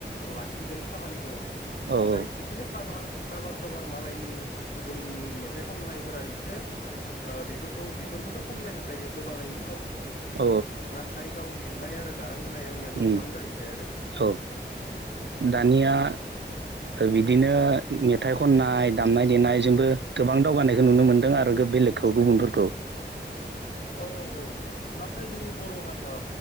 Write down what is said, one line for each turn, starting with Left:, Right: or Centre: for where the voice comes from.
Left: लाखिगोन खामानिखौ
Right: औ
Left: नाथाय बिदिनो काभार काभार साबार मालायनि गुबुननि मेथाइ खननायफोरा एसे बेफोरखौ बेफोरखौथ खनबाय थाखायो गोबाङैनो दं
Right: औ
Left: नाथाय गाव लिरनाय आरो गारां होनाय आंनिया मोनथाम
Right: उम
Left: जाहैबाय आरो
Right: औ दानिया बिदिनो मेथाइ खननाय दामनाय देनायजोंबो गोबां दावगानायखौ नुनो मोन्दों आरो बेलेग खौ गुबुनफोरखौ
Left: औ औ नाथाय जोंनि बर हा ओ